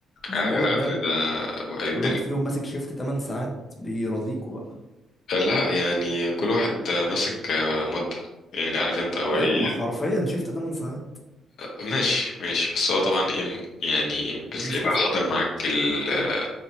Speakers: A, on the left; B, on the left.
A: ده
B: ايوه
A: موت
B: يا
A: ده
B: ابني ده الدنيا
A: كل واحد فيهم ماسك شيفت 8 ساعات بيرازيكوا
B: لا يعني كل واحد ماسك آه، مدة يعني عارف انت هو
A: ايوه
B: ايه
A: ما حرفيا شفت 8 ساعات
B: ماشي ماشي بس هو طبعا ايه يعني بتلاقي
A: مش
B: بقى
A: حرفيا
B: حضر معاك ال-